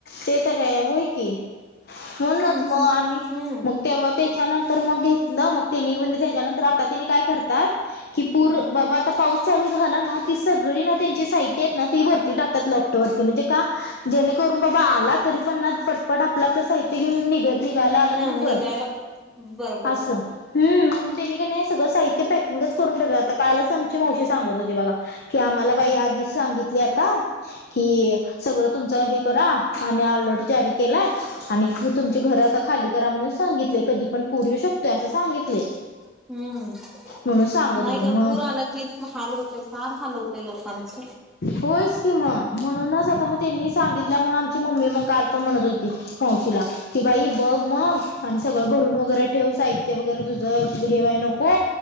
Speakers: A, on the left; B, in the centre.
A: ते तर होय की म्हणूनच
B: तुमच
A: मग
B: हम्म
A: आणि मग तेव्हा त्याच्यानंतर मग घेतलं मग तेनी त्याच्यानंतर आता त्यांनी काय करतात की पूर
B: हम्
A: बाबा आता पाऊस चालू झाला ना ती सगळी ना त्यांची साहित्य आहेत ना ती वरती टाकतात लॉपटॉ वरती म्हणजे का जेणेकरून बाबा आला तरी पण ना पटपट आपलं आपलं साहित्य घेऊन निघ घायला आलं म्हणून
B: हा
A: बर
B: निघायला बरं पडतंय
A: अस हम् म्हणून त्यांनी का नाही सगळं साहित्य पॅकिंगच करून ठेवलं आता कालच आमची मावशी सांगत होती बघा कि आम्हाला
B: हम्म
A: बाई आधीच सांगितले आता कि सगळं तुमचं हे करा डर ज केला तुम घ खाली करा म्हणून सांगितले कधी पण पुर येू शकतोय असं सांगितले
B: हम्म
A: म्हणून सांगत
B: नाही
A: होते
B: ग
A: मग
B: पूर आला की हाल होते फार हाल होते लोकांच
A: होयच कि म म्हणूनच आता मग त्यांनी सांगितल्या मग आम ची मम्मी मग काल पण म्हणत होती मावशीला कि बाई बघ मग आणि सगळं भरून वगैरे ठेव साहित्य वगैरे तुझं हेवाय नको